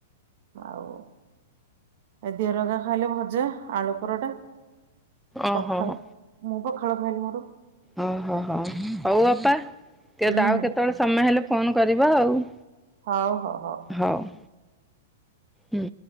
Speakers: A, on the right; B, in the centre.
A: ଆଉ। ଏ ଦିଅରଗା ଖାଇଲେ ଭଜା ଆଳୁ ପରଟା
B: ଓହୋ
A: ପଖାଳ।
B: ହୋ
A: ମୁଁ ପଖାଳ ଖାଇଲି ମୋର।
B: ଓହୋ ହୋ ହଉ ବାପା ଟଉ
A: ହୁଁ ହୁଁ
B: କେତେବେଳେ ସମୟ ହେଲେ। ଫୋନ କରିବା ଆଉ
A: ହଉ ହଉ
B: ହଉ ହୁଁ।